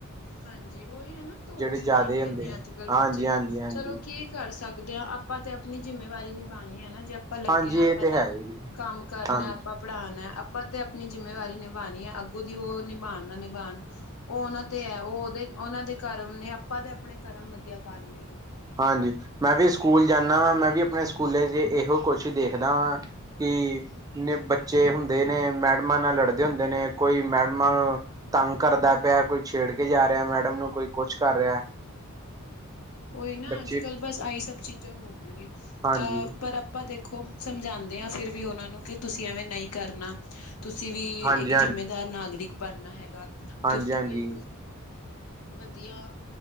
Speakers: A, on the left; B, on the right.
A: ਹਾਂਜੀ ਓਹੀ ਐ ਨਾ ਧੋਸ
B: ਜ਼ਿਆਦਾ
A: ਮਾਰਦੇ
B: ਹੁੰਦੇ
A: ਨੇ ਅੱਜ-ਕੱਲ੍ਹ
B: ਆ ਹਾਂਜੀ-ਹਾਂਜੀ-ਹਾਂਜੀ।
A: ਬੱਚੇ ਚਲੋ ਕੀ ਕਰ ਸਕਦੇ ਹਾਂ ਆਪਾਂ ਤੇ ਆਪਣੀ ਜਿੰਮੇਵਾਰੀ ਨਿਭਾਣੀ ਐ ਜੇ ਆਪਣੀ ਆਪਾਂ ਲੱਗੇ
B: ਹਾਂਜੀ
A: ਹਾਂ
B: ਹਾਂਜੀ
A: ਆਪਾਂ
B: ਹਾਂਜੀ ਇਹ ਤੇ ਹੈ
A: ਤਾਂ
B: ਜੀ
A: ਕੰਮ ਕਰਨਾ
B: ਹਾਂਜੀ-ਹਾਂਜੀ
A: ਆਪਾਂ ਪੜ੍ਹਾਣਾ ਹੈ ਆਪਾਂ ਤੇ ਆਪਣੀ ਜਿੰਮੇਵਾਰੀ ਨਿਭਾਣੀ ਏ ਅੱਗੋਂ ਦੀ ਉਹ ਨਿਭਾਣ ਨਾ ਨਿਭਾਣ ਉਹ ਉਹਨਾਂ ਤੇ ਹੈ ਉਹ ਉਹਦੇ ਉਹਨਾਂ ਦੇ ਕਰਮ ਨੇ ਆਪਾਂ ਤੇ ਆਪਣੇ ਕਰਮ ਵਧੀਆ ਕਾਰਨੇ ਐ।
B: ਹਾਂਜੀ ਮੈਂ ਵੀ ਸਕੂਲ ਜਾਂਦਾ ਵਾਂ ਮੈਂ ਵੀ ਆਪਣੇ ਸਕੂਲੇ ਚ ਇਹੋ ਕੁਛ ਦੇਖਦਾ ਵਾਂ ਕਿ ਨ ਬੱਚੇ ਹੁੰਦੇ ਨੇ, ਮੈਡਮਾਂ ਨਾਲ ਲੜਦੇ ਹੁੰਦੇ ਨੇ, ਕੋਈ ਮੈਡਮਾਂ ਤੰਗ ਕਰਦਾ ਪਿਆ, ਕੋਈ ਛੇੜ ਕੇ ਜਾ ਰਿਹਾ ਮੈਡਮ ਨੂੰ, ਕੋਈ ਕੁਛ ਕਰ ਰਿਹਾ।
A: ਉਹੀ ਨਾ
B: ਬੱਚੇ
A: ਅੱਜ-ਕੱਲ੍ਹ ਬਸ ਆਹੀ ਸਭ ਚੀਜ਼ਾਂ ਹੋ ਗਈਆਂ ਨੇ
B: ਹਾਂਜੀ
A: ਤਾਂ ਪਰ ਆਪਾਂ ਦੇਖ ਖੋ ਸਮਝਾਦੇ ਆਾਂ ਫਿਰ ਵੀ ਉਹਨਾਂ ਨੂੰੰ ਤੁਸੀਂ ਐਵੇਂ ਨਹੀਂ ਕਰਨਾ ਤੁਸੀਂ ਵੀ
B: ਹਾਂਜੀ
A: ਇੱਕ ਜਿੰਮੇਦਾਰ ਨਾਗਰਿਕ ਬਣਨਾ ਹੈਗਾ।
B: ਹਾਂਜੀ-ਹਾਂਜੀ।
A: ਤੁਸੀਂ ਵੀ ਇੱਕ ਵਧੀਆ